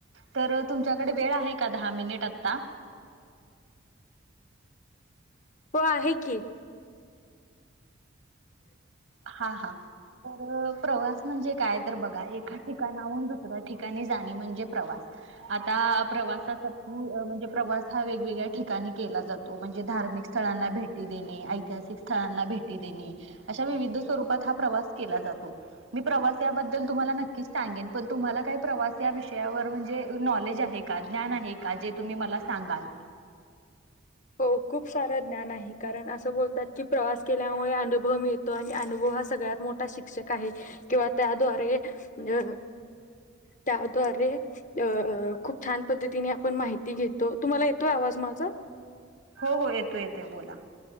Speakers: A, on the right (about 75°); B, on the left (about 40°).
A: तर तुमच्याकडे वेळ आहे का दहा मिनिट आता
B: हो आहे की
A: हा हा तर प्रवास म्हणजे काय तर बघा एका ठिकाणाहून दुसऱ्या ठिकाणी जाणे म्हणजे प्रवास आता प्रवासासाठी म्हणजे प्रवास हा वेगवेगळ्या ठिकाणी केला जातो म्हणजे धार धिक स्थळना भेटी दे ऐतिहासिक स्थळांना भेटी दे विविध स्वरूपात प्रवास केला जातो मी प्रवासाबद्दल तुम्हाला नक्कीच सांगेन तुम्हाला काय प्रवास या विषयावर म्हणजे नॉलेज आहे का ज्ञान आहे का जे तुम्ही मला सांगाल
B: हो खूप सारं ज्ञान आहे कारण असं बोलतात की प्रवास केल्यामुळे अनुभव मिळतो आणि अनुभव हा सगळ्यात मोठा शिक्षक आहे किंवा त्याद्वारे अ त्याद्वारे अ खूप छान पद्धतीने आपण माहिती घेतो तुम्हाला येतो आवाज माझा
A: हो हो येतोय येतोय बोला